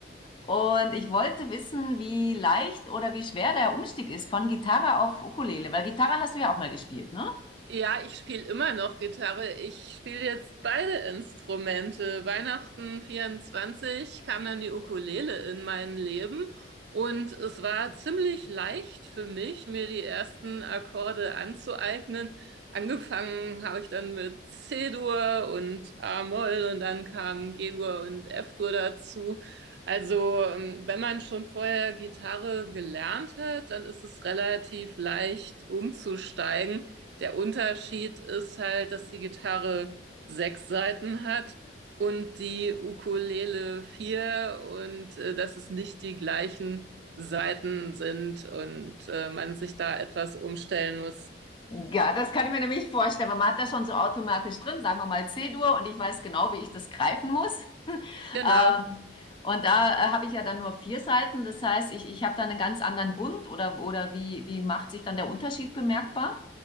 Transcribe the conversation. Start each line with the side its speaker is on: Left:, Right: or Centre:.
Left: Und ich wollte wissen, wie leicht oder wie schwer der Umstieg ist von Gitarre auf Ukulele, weil Gitarre hast du ja auch mal gespielt, ne?
Right: Ja, ich spiele immer noch Gitarre. Ich spiele jetzt beide Instrumente. Weihnachten 24 kam dann die Ukulele in mein Leben und es war ziemlich leicht für mich, mir die ersten Akkorde anzueignen. Angefangen habe ich dann mit C-Dur und A-Moll und dann kamen G-Dur und F-Dur dazu. Also, ähm, wenn man schon vorher Gitarre gelernt hat, dann ist es relativ leicht umzusteigen. Der Unterschied ist halt, dass die Gitarre sechs Saiten hat und die Ukulele vier und äh, dass es nicht die gleichen Saiten sind und äh, man sich da etwas umstellen muss.
Left: Ja, das kann ich mir nämlich vorstellen, weil man hat das schon so automatisch drin, sagen wir mal C-Dur und ich weiß genau, wie ich das greifen muss. <laughs>
Right: Genau.
Left: Ähm, und da äh, habe ich ja dann nur vier Seiten, das heißt, ich, ich habe dann einen ganz anderen Bund oder, oder wie, wie macht sich dann der Unterschied bemerkbar?